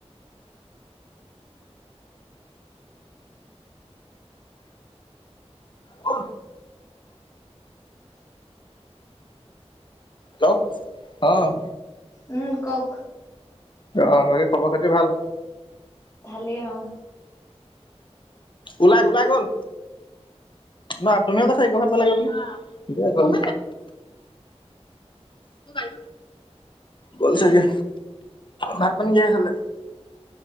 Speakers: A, on the left; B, on the left.
A: অ হেল্ল' অ
B: উম কওক
A: অ বেই খবৰ খাতি ভাল
B: ভালেই অ
A: ওলাই ওলাই গ'ল ন তুমিও কৈ চা গ ভ প লাগে বুলি গল ক গাল গল চাগে ভাত পানী কিহে খালে